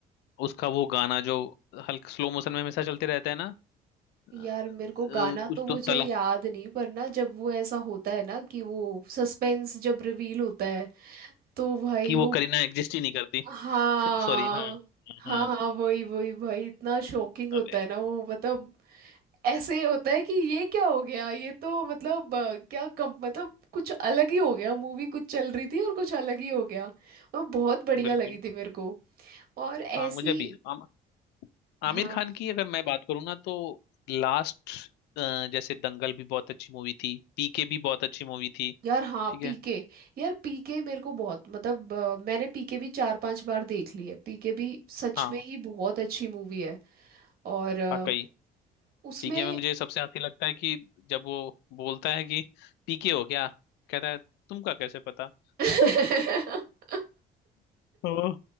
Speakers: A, on the left (about 85°); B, on the right (about 60°).
A: उसका वो गाना जो हल्का स्लो मोशन में हमेशा चलते रहता है ना अ, अ,
B: यार मेरे को गाना
A: कुछ
B: तो मुझे
A: तो तला
B: याद नहीं पर ना जब वो ऐसा होता है ना कि वो सस्पेंस जब रिवील होता है तो भाई
A: कि वो
B: वो
A: करीना एग्जिस्ट ही नहीं करती
B: हाँ
A: <laughs> सॉरी हाँ
B: हाँ
A: हाँ
B: हाँ वही वही भाई इतना शॉकिंग होता
A: अरे
B: है ना वो मतलब ऐसे होता है कि ये क्या हो गया ये तो मतलब अ, क्या कम मतलब कुछ अलग ही हो गया मूवी कुछ चल रही थी और कुछ अलग ही हो गया और बहुत बढ़िया
A: बिल्कुल
B: लगी थी मेरे को और ऐसी
A: हाँ मुझे भी आम, आमिर
B: हाँ
A: खान की अगर मैं बात करूँ ना तो लास्ट जैसे दंगल भी बहुत अच्छी मूवी थी पीके भी बहुत अच्छी मूवी थी
B: यार हाँ
A: ठीक
B: पीके
A: है
B: यार पीके मेरे को बहुत मतलब अ, मैंने पीके भी चार पांच बार देख ली है पीके भी सच
A: हाँ
B: में ही बहुत अच्छी मूवी है और अ,
A: वाकई
B: उसमें
A: पीके में मुझे सबसे हंसी लगता है कि जब वो बोलता है कि पीके हो क्या कहता है तुमका कैसे पता
B: <laughs>
A: <laughs> वो